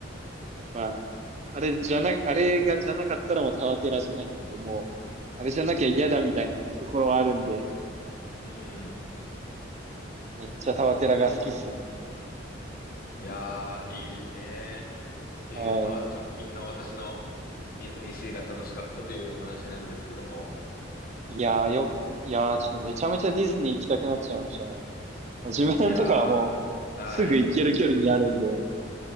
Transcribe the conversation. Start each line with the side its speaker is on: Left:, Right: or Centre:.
Right: やっぱ、あれじゃな、あれがじゃなかったらもうタワテラじゃないっていう、もう、あれじゃなきゃ嫌だみたいなところはあるんで、
Left: うん。
Right: めっちゃタワテラが好きっすね。
Left: いやー、いいですね。っていう、
Right: は
Left: まあ、直近の私のディズニーシーが楽しかったというお話なんですけども。
Right: い。いやーよ、いやーちょっとめちゃめちゃディズニー行きたくなっちゃいましたね。まあ自分とかはもう、
Left: いやー、はい。
Right: すぐ行ける距離にあるんで、